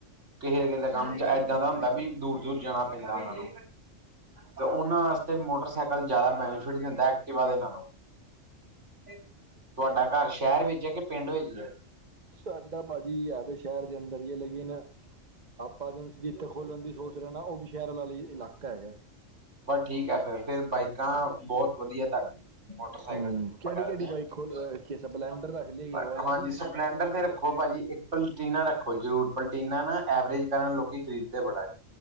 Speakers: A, on the right (about 70°); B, on the right (about 35°).
A: ਕਿਸੇ-ਕਿਸੇ ਦਾ ਕੰਮ ਜਾਂ ਏਦਾਂ ਦਾ ਹੁੰਦਾ ਵੀ ਦੂਰ ਦੂਰ ਜਾਣਾ ਪੈਂਦਾ, ਉਹਨਾਂ ਨੂੰ ਤੇ ਉਹਨਾਂ ਵਾਸਤੇ ਮੋਟਰਸਾਈਕਲ ਜ਼ਿਆਦਾ ਬੈਨੀਫਿਟ ਦਿੰਦਾ ਐਕਟਿਵਾ ਦੇ ਨਾਲੋਂ ਤੁਹਾਡਾ ਘਰ ਸ਼ਹਿਰ ਵਿੱਚ ਹੈ, ਕਿ ਪਿੰਡ ਵਿੱਚ ਹੈ।
B: ਸਾਡਾ ਭਾਜੀ ਹੈ, ਤੇ ਸ਼ਹਿਰ ਦੇ ਅੰਦਰ ਹੀ ਹੈ ਲੇਕਿਨ ਆਪਾਂ ਏਜੰਸੀ ਇਥੇ ਖੋਲਣ ਦੀ ਸੋਚ ਉਹ ਵੀ ਸ਼ਹਿਰ ਵਾਲੇ ਇਲਾਕਾ ਹੈਗਾ
A: ਬਸ ਠੀਕ ਹੈ, ਫਿਰ-ਫਿਰ ਬਾਈਕਾਂ ਬਹੁਤ ਵਧੀਆ ਤੁਹਾਡੇ ਮੋਟਰਸਾਈਕਲ
B: ਹੂੰ
A: ਜਿਹਨੂੰ ਆਪਾਂ
B: ਕਿਹੜੀ
A: ਕਹਿ
B: ਕਿਹੜੀ
A: ਦਿੰਨੇ
B: ਬਾਈਕ ਖੋਲ
A: ਹਾਂ,
B: ਰੱਖੀ ਹੈ ਸਪਲੈਂਡਰ ਰੱਖ ਲਈ ਹੀਰੋ ਵਾਲਿਆਂ
A: ਹਾਂਜੀ
B: ਦੀ
A: ਸਪਲੈਂਡਰ ਤੇ ਰੱਖੋ ਭਾਜੀ। ਇੱਕ ਪਲਟੀਨਾ ਰੱਖੋ ਜੋ ਪਲਟੀਨਾ ਨਾ ਐਵਰੇਜ ਕਰਨ ਲੋਕ ਖਰੀਦਦੇ ਬੜਾ ਜੀ।